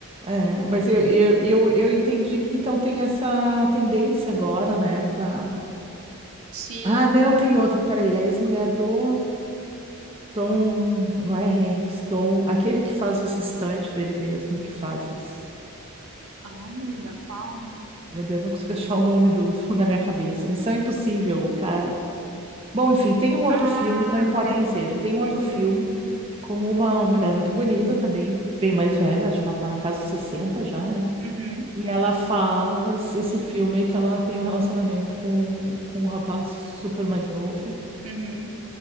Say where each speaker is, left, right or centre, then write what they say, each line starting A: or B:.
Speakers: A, on the right; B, on the right.
A: É, mas eu, eu, eu, eu entendi que então tem essa tendência agora, né, pra...
B: Sim.
A: Ah, não, tem outro, peraí, a ex-mulher do Tom, não é Hanks, Tom, aquele que faz os estantes dele mesmo, que faz os...
B: Ai, menina, qual?
A: Meu Deus, não consigo <laughs> achar o nome do, do- na minha cabeça. Missão Impossível, o cara. Bom, enfim, tem um outro
B: Ah,
A: filme, não importa
B: sei.
A: quem seja, tem um outro
B: Uhum,
A: filme com uma mulher muito bonita também, bem mais velha, acho que ela tá na casa dos 60 já, né?
B: uhum,
A: E ela faz esse filme que ela tem um relacionamento com, com um rapaz super mais novo.
B: uhum.